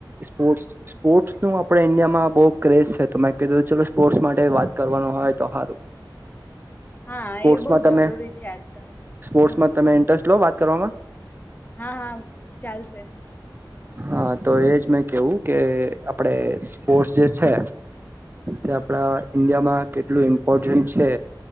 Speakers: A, on the right; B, on the left.
A: સ્પોર્ટ્ સ્પોર્ટ્સનુ આપણે ઇન્ડિયામાં બહુ ક્રેઝ સે, તો મેં કીધું ચલો સ્પોર્ટ્સ માટે વાત કરવાનું હોય, તો હારું.
B: હા
A: સ્પોર્ટ્સમાં,
B: એ બહુ
A: તમે
B: જરૂરી છે આજકાલ
A: સ્પોર્ટ્સમાં
B: હમ
A: તમે ઇન્ટરેસ્ટ લો વાત કરવામાં?
B: હા, હા ચાલશે.
A: હા, તો એજ મેં કેવું કે આપડે સ્પોર્ટસ જે છે. તે આપડા ઈન્ડિયામાં કેટલું, ઇમ્પોર્ટન્ટ છે.